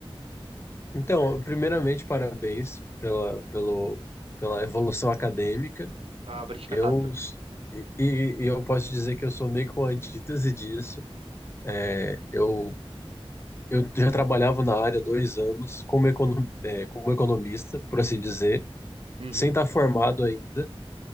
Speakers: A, on the left; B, on the right.
A: Então, primeiramente, parabéns pela, pelo, pela evolução acadêmica.
B: Ah, <laughs> obrigado.
A: Eu, s- e, e- e eu posso dizer que eu sou meio que uma antítese disso. É, Eu, eu já trabalhava na área há dois anos como,
B: Uhum,
A: econo, eh, como economista, por assim dizer.
B: uhum.
A: sem estar formado ainda.